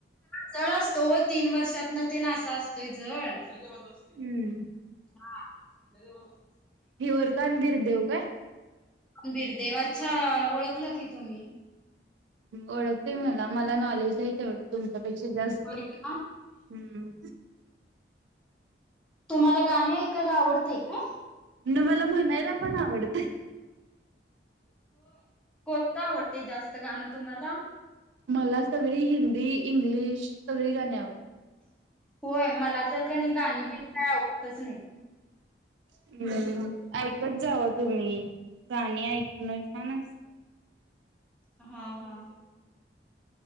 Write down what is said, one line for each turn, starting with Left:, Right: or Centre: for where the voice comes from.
Centre: जळ असतो. तीन वर्षात न ते नासा असतोय जळ. <unintelligible>
Right: हम्म हिवरकान बिरदेव काय?
Centre: रणबीर देव अच्छा ओळखला की तुम्ही.
Right: ओळखते मला मला नॉलेज आहे तेवढं तुमच्यापेक्षा जास्त
Centre: होय
Right: हम्म.
Centre: का तुम्हाला गाणी ऐकायला आवडतय काय?
Right: न मला म्हणायला पण आवडतय.
Centre: का आवडतय जास्त गाणं तुम्हाला?
Right: मला सगळी हिंदी 'इंग्लिश सगळी गाणी आवडते.
Centre: होय मला तर कणी गाणी बि काय आवडतच नाइत.
Right: हम्म, ऐकत जावा तुम्ही, गाणी ऐकणं छान अस
Centre: हा हा.